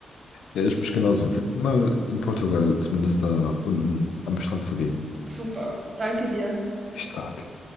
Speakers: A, on the left (about 80°); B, on the right (about 35°).
A: Ja, ich mich genauso. Mal in Portugal zumindest da unten am Strand zu gehen.
B: Super. Danke dir.
A: Stark.